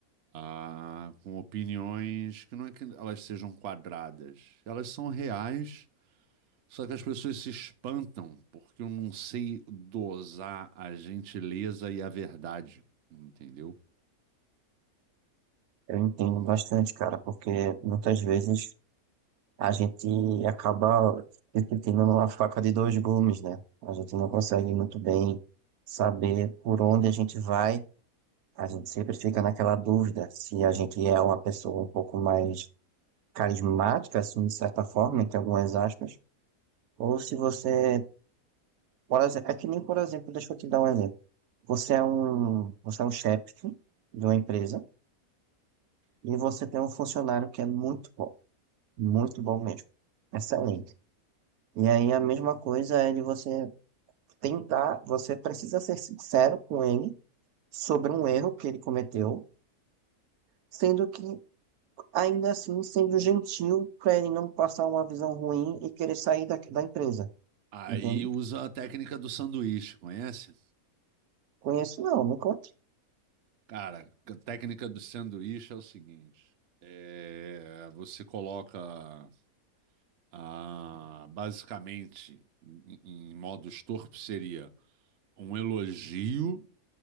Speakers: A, on the right; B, on the right.
A: Ah, com opiniões que não é que elas sejam quadradas, elas são reais, só que as pessoas se espantam porque eu não sei dosar a gentileza e a verdade, entendeu?
B: Eu entendo
A: Hum.
B: bastante, cara, porque muitas vezes a gente acaba repetindo uma faca de dois gumes, né? A gente não consegue muito bem saber por onde a gente vai. A gente sempre fica naquela dúvida se a gente é uma pessoa um pouco mais carismática, assim, de certa forma, entre algumas aspas, ou se você, por exemplo, é que nem, por exemplo, deixa eu te dar um exemplo. Você é um, você é um chefe de uma empresa e você tem um funcionário que é muito bom, muito bom mesmo, excelente. E aí a mesma coisa é de você tentar, você precisa ser sincero com ele sobre um erro que ele cometeu, sendo que, ainda assim, sendo gentil para ele não passar uma visão ruim e querer sair da, da empresa,
A: Aí
B: entende?
A: usa a técnica do sanduíche, conhece?
B: Conheço, não, não conte.
A: Cara, a técnica do sanduíche é o seguinte: é, você coloca ah, basicamente em, em modos torpes seria um elogio